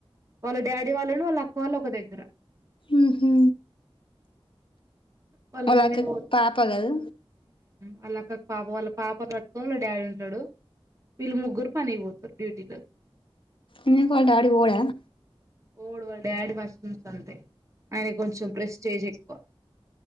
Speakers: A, on the right; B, on the left.
A: వాళ్ళ డాడీ వాళ్ళును వాళ్ళ అక్క వాళ్ళు ఒక దగ్గర
B: ఉహు
A: వాళ్ళ మమ్మీ
B: అక్క
A: పోద్
B: పాప కదా
A: వాళ్ళ అక్క పాప వాళ్ళ పాప పట్టుకోని డాడీ ఉంటాడు వీళ్ళు ముగ్గురు పని పోతరు డ్యూటీలకు
B: ఎందుకు వాళ్ళ డాడీ పొడ
A: పోడు వాళ్ళ డాడీ ఫస్ట్ నుంచి అంతే ఆయనకు కొంచెం ప్రెస్టేజ్ ఎక్కువ